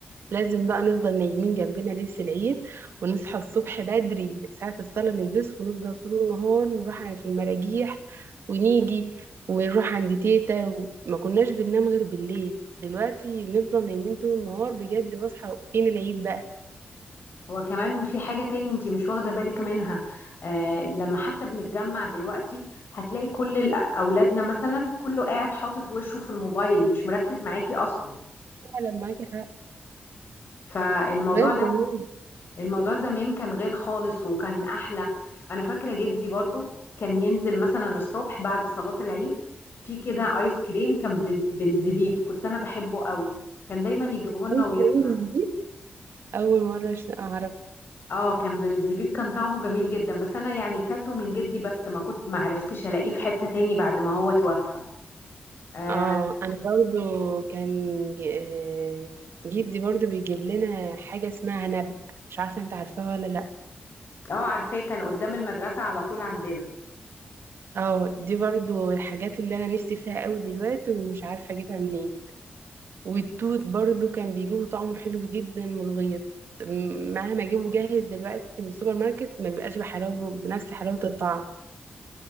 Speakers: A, on the right; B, on the left.
A: لازم بقى نفضل نايمين جنبنا لبس العيد ونصحى الصبح بدري ساعة الصلاة نلبس ونفضل طول النهار نروح في المراجيح ونيجي ونروح عند تيتا ما كناش بننام غير بالليل دلوقتي بنفضل نايمين طول النهار بجد بصحى فين العيد بقى
B: هو كمان في حاجة تاني انت مش واخدة بالك منها آه لما حتى بنتجمع دلوقتي هتلاقي كل ال- أولادنا مثلا كله قاعد حاطط وشه في الموبايل مش مركز معاكي أصلا
A: فعلا معاكي حق
B: فالموضوع
A: غير
B: لا
A: زمان
B: الموضوع زمان كان غير خالص وكان أحلى أنا فاكرة جدي برضو كان ينزل مثلا الصبح بعد صلاة العيد في كده آيس كريم كان بز- بالزبيب كنت أنا بحبه قوي كان دايما يجيبه لنا
A: أوي
B: ويطلع
A: سترينجز دي أول مرة أش- أعرف
B: اه كان بالزبيب كان طعمه جميل جدا بس انا يعني كلته من جدي بس ما كنت ما عرفتش الاقيه في حتة تاني بعد ما هو توفى اه
A: اه أنا برضو كان ج- آه، جدي برضو بيجيب لنا حاجة اسمها نب مش عارفة أنت عارفاها ولا لأ
B: آه، عارفاه كان قدام المدرسة على طول عندنا
A: اه دي برضو الحاجات اللي أنا نفسي فيها أوي دلوقتي ومش عارفة أجيبها منين والتوت برضو كان بيجيبه طعمه حلو جدا من الغيط م- مهما أجيبه جاهز دلوقتي من السوبر ماركت ما بيبقاش بحلاوة بنفس حلاوة الطعم